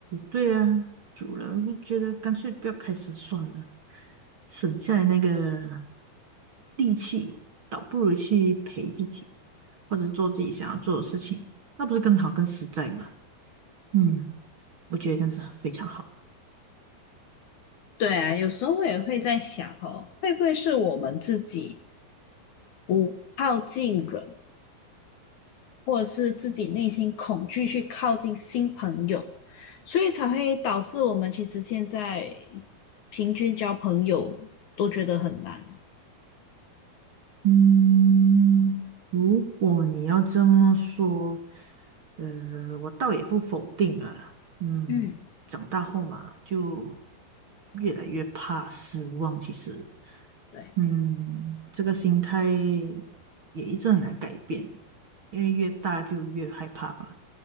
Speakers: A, on the right; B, on the left.
A: 对呀、久了我就觉得干脆不要开始算了，省下来那个力气，倒不如去陪自己，或者做自己想要做的事情，那不是更好更实在吗？嗯，我觉得这样子非常好。
B: 对啊，有时候我也会在想哦，会不会是我们自己不靠近人，或者是自己内心恐惧去靠近新朋友，所以才会导致我们其实现在平均交朋友都觉得很难。
A: 嗯，如果你要这么说，呃，我倒也不否定了。嗯，
B: 嗯
A: 长大后嘛，就越来越怕失望，其实。
B: 对，
A: 嗯，这个心态也一直很难改变，因为越大就越害怕吧。